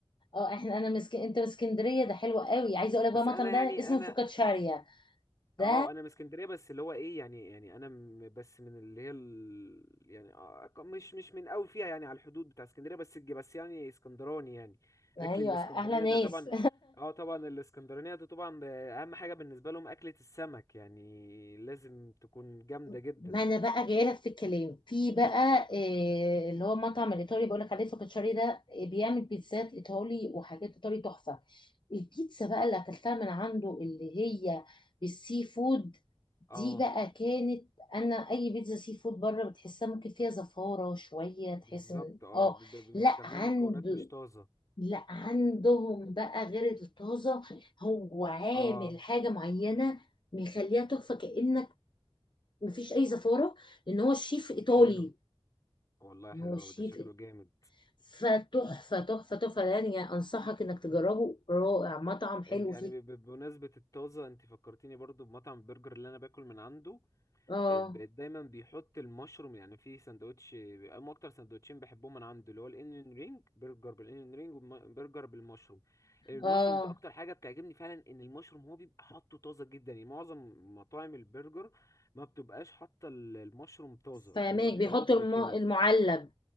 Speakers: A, on the left; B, on the left.
A: اه احنا انا مسك... انت من اسكندريه ده حلو قوي عايزه اقول لك بقى
B: بس
A: المطعم
B: انا
A: ده
B: يعني
A: اسمه
B: انا
A: فوكاتشاريا
B: اه
A: ده
B: انا من اسكندريه بس اللي هو ايه يعني يعني انا م- بس من اللي هي ال... يعني آه، ك- مش مش من قوي فيها يعني على الحدود بتاع اسكندريه بس الج- بس يعني اسكندراني يعني اكل
A: ايوه
B: الاسكندراني
A: احلى ناس
B: ده طبعا اه طبعا الاسكندرانيه ده طبعا آه، اهم حاجه بالنسبه لهم اكله السمك يعني لازم تكون جامده
A: <laughs>
B: جدا
A: ما انا بقى جايه لك في الكلام في بقى آه، اللي هو مطعم الايطالي بقول لك عليه فوكاتشاري ده آه، بيعمل بيتزات ايطالي وحاجات ايطالي تحفه البيتزا بقى اللي اكلتها من عنده اللي هي بالسي فود
B: اه
A: دي بقى كانت انا اي بيتزا سي فود بره بتحسها ممكن فيها زفاره شويه تحس
B: بالظبط
A: ان
B: اه
A: اه
B: بيبقى- بيستخدموا
A: لا عنده
B: مكونات مش طازه
A: لا عندهم بقى غير الطازة هو عامل
B: اه
A: حاجة معينة مخليها تحفة كأنك مفيش أي زفارة لأن هو الشيف إيطالي
B: طب حلو والله حلو
A: هو الشيف
B: أوي ده شكله
A: إيط-
B: جامد
A: فتحفة تحفة تحفة يعني أنصحك إنك تجربه رائع مطعم حلو
B: انت يعني
A: فيه
B: ب- ب- بمناسبة الطازة انت فكرتيني برضو بمطعم البرجر اللي انا باكل من عنده
A: آه
B: الب- دايما بيحط المشروم يعني في سندوتش هم اكتر سندوتشين بحبهم من عنده اللي هو الانيون رينج برجر بالانيون رينج وبرجر بالمشروم المشروم
A: آه
B: ده اكتر حاجة بتعجبني فعلا ان المشروم هو بيبقى حاطه طازة جدا يعني معظم مطاعم البرجر ما بتبقاش حاطة ال- المشروم طازة
A: فهماك
B: بيبقى بيعض
A: بيحط الم...
B: كده
A: المعلب